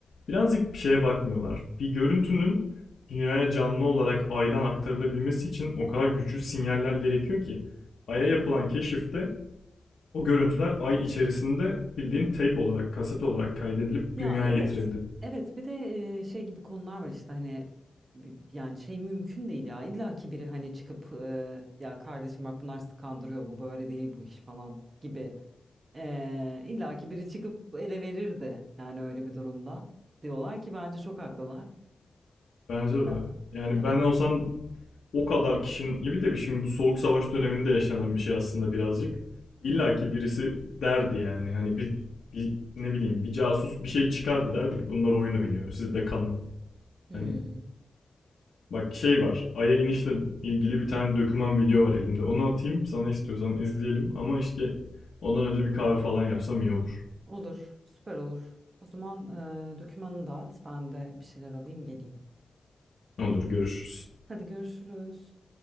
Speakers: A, on the left (about 60°); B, on the right (about 45°).
A: Birazcık bir şeye bakmıyorlar. Bir görüntünün dünyaya canlı olarak Ay'dan aktarılabilmesi için o kadar güçlü sinyaller gerekiyor ki. Ay'a yapılan keşifte o görüntüler Ay içerisinde bildiğin tape olarak, kaset olarak kaydedilip
B: Ya
A: dünyaya
B: evet.
A: getirildi.
B: Evet bir de e, şey gibi konular var işte hani bi- yani şey mümkün değil ya. İlla ki biri hani çıkıp e, ya kardeşim bak bunlar sizi kandırıyor bu böyle değil bu iş falan gibi. E, illa ki biri çıkıp ele verirdi yani öyle bir durumda. Diyorlar ki bence çok haklılar.
A: Bence de.
B: E,
A: Yani
B: evet.
A: ben olsam o kadar kişinin ya bir de bir- şimdi bu soğuk savaş döneminde yaşanan bir şey aslında birazcık. İlla
B: Hı hı.
A: ki birisi derdi yani hani bir, bir ne bileyim bir casus bir şey çıkardı derdi ki bunlar oyun oynuyor siz de kanın.
B: Hmm.
A: Hani bak şey var Ay'a inişle ilgili bir tane döküman video var elimde onu atayım sana istiyorsan izleyelim ama işte ondan önce bir kahve falan yapsam iyi olur.
B: Olur, süper olur. O zaman e, dokümanını dağıt, ben de bir şeyler alayım geleyim.
A: Olur görüşürüz.
B: Hadi görüşürüz.